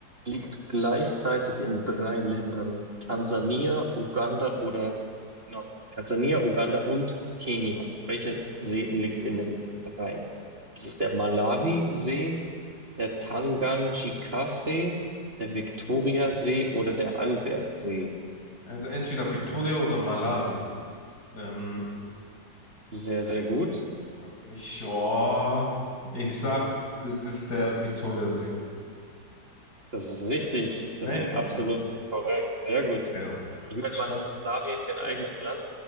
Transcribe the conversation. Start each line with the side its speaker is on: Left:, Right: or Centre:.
Right: liegt gleichzeitig in drei Ländern? Tansania, Uganda oder, no, Tansania, Uganda und Kenia. Welcher See liegt in den dreien? Ist es der Malawi-See, der Tanganjika-See, der Viktoria-See oder der Albert-See?
Left: Also entweder Victoria oder Malawi. Ähm,
Right: Sehr, sehr gut.
Left: ich, ja, ich sag, das ist der Victoriasee.
Right: Das ist richtig.
Left: Nicht?
Right: Das ist absolut
Left: Mhm.
Right: korrekt. Sehr gut.
Left: Ja.
Right: Ich meine,
Left: Ich
Right: Malawi
Left: sag,
Right: ist ja ein eigenes Land.